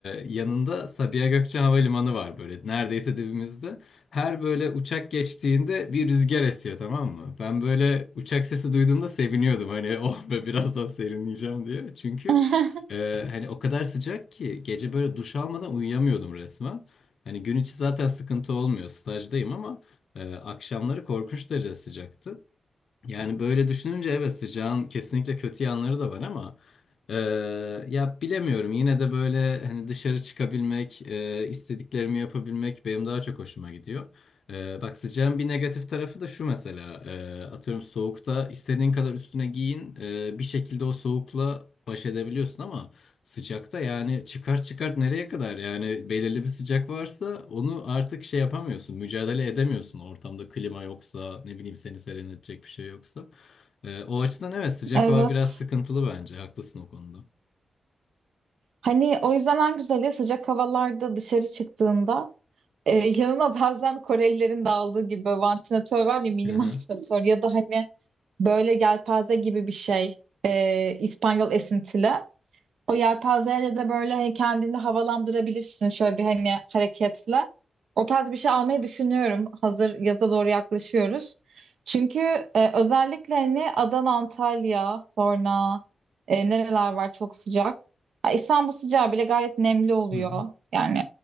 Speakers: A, on the left (about 65°); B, on the right (about 85°).
A: yanında Sabiha Gökçen Havalimanı var böyle neredeyse dibimizde. Her böyle uçak geçtiğinde bir rüzgar esiyor tamam mı? Ben böyle uçak sesi duyduğumda seviniyordum hani <laughs> oh be birazdan serinleyeceğim diye. Çünkü
B: <laughs>
A: e, hani o kadar sıcak ki gece böyle duş almadan uyuyamıyordum resmen. Hani gün içi zaten sıkıntı olmuyor stajdayım ama ee, akşamları korkunç derece sıcaktı. Yani böyle düşününce evet sıcağın kesinlikle kötü yanları da var ama e, ya bilemiyorum yine de böyle hani dışarı çıkabilmek, e, istediklerimi yapabilmek benim daha çok hoşuma gidiyor. E, bak sıcağın bir negatif tarafı da şu mesela e, atıyorum soğukta istediğin kadar üstüne giyin e, bir şekilde o soğukla baş edebiliyorsun ama Sıcakta yani çıkart çıkart nereye kadar yani belirli bir sıcak varsa onu artık şey yapamıyorsun mücadele edemiyorsun ortamda klima yoksa ne bileyim seni serinletecek bir şey yoksa. Ee, o açıdan evet sıcak
B: Evet.
A: hava biraz sıkıntılı bence haklısın o konuda.
B: Hani o yüzden en güzeli sıcak havalarda dışarı çıktığında e, yanına bazen Korelilerin de aldığı gibi vantilatör var ya mini
A: Aha.
B: <laughs> vantilatör ya da hani böyle yelpaze gibi bir şey e, İspanyol esintili. O yelpazeyle de böyle hani kendini havalandırabilirsin şöyle bir hani hareketle. O tarz bir şey almayı düşünüyorum. Hazır yaza doğru yaklaşıyoruz. Çünkü e, özellikle hani Adana, Antalya, sonra e, nereler var çok sıcak. Ha, İstanbul sıcağı bile gayet nemli oluyor.
A: Hı hı.
B: Yani